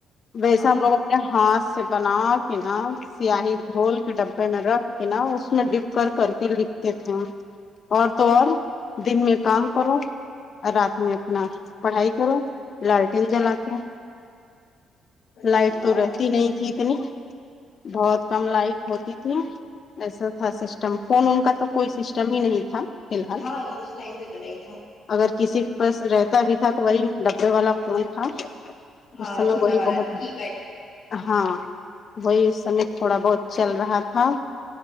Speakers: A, on the left; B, on the left.
A: ویسا
B: ہاں
A: ہم
B: ہاں
A: لوگ ہاتھ سے بنا کے نا سیاہی گھول کے ڈبے میں رکھ کے نا اس میں ڈ کر کر کے لکھتے تھے اور تو اور دن میں کام کرو رات میں اپنا پڑھائی کرو لالٹین جلا کے
B: اچھا
A: لائٹ تو رہتی نہیں تھی اتنی بہت کم لائٹ ہوتی تھی ایسا تھا س سٹم فون ان کا تو کوئی سسٹم ہی نہیں تھا فی الحال
B: ہاں نہیں اس ٹائم پہ تو نہیں تھا
A: اگر کسی کے پاس رہتا بھی تھا تو وہی ڈبے والا فون تھا
B: ہاں
A: اس سمے
B: چھوٹا
A: وہی
B: والا
A: بہت
B: نہیں کی پیڈ
A: ہاں وہی اس سے تھوڑا بہت چل رہا تھا